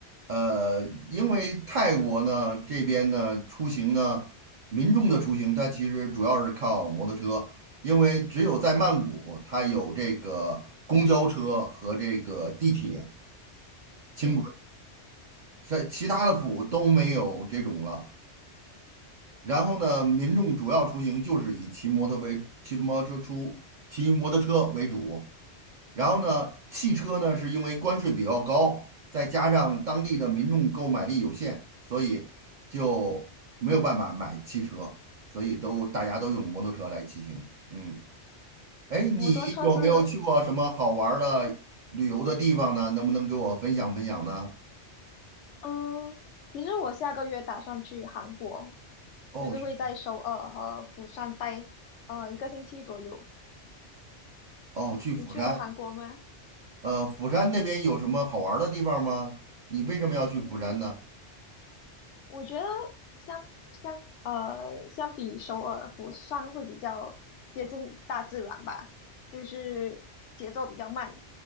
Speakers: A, on the right (about 60°); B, on the left (about 75°).
A: 呃，因为泰国呢这边呢出行呢，民众的出行它其实主要是靠摩托车，因为只有在曼谷它有这个公交车和这个地铁、轻轨，
B: 嗯，
A: 在其他的府都没有这种了。然后呢，民众主要出行就是以骑摩托为骑摩托车出，骑摩托车为主。然后呢，汽车呢是因为关税比较高，再加上当地的民众购买力有限，所以就没有办法买汽车，所以都大家都用摩托车来骑行。嗯，哎，你有没有去过什么好玩儿的旅游的地方呢？
B: 摩托车是，
A: 能不能给我分享分享呢？
B: 嗯，其实我下个月打算去韩国，
A: 哦，
B: 就是会在首尔和釜山待，
A: 去
B: 呃，一个星期左右。
A: 哦，去釜山。
B: 你去过韩国吗？
A: 呃，釜山那边有什么好玩儿的地方吗？你为什么要去釜山呢？
B: 嗯，我觉得相相呃，相比首尔、釜山会比较接近大自然吧，就是节奏比较慢。